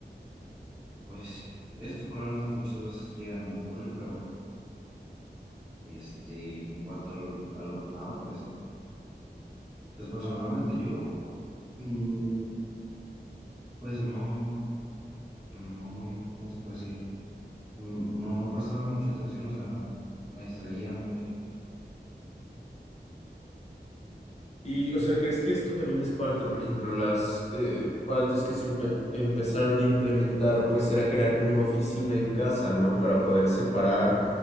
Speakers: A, in the centre; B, on the left (about 40°).
A: pues estos problemas que muchas veces llegan a ocurrir, pero este, en cuanto al, al alumnado, pues, pues personalmente yo, mm, pues no, no, no, no, ¿cómo se puede decir? Mm, No, no prestaba mucha atención, o sea, me distraía mucho.
B: Y, o sea, ¿crees que esto también es parte, por ejemplo, las eh, partes que se empe- empezaron a implementar, pues era crear como una oficina en casa, ¿no? Para poder separar